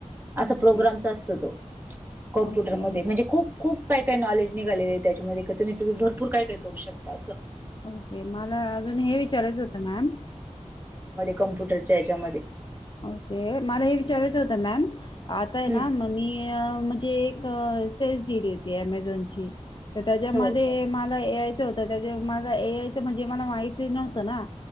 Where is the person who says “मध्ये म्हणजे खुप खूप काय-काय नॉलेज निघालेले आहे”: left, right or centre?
Right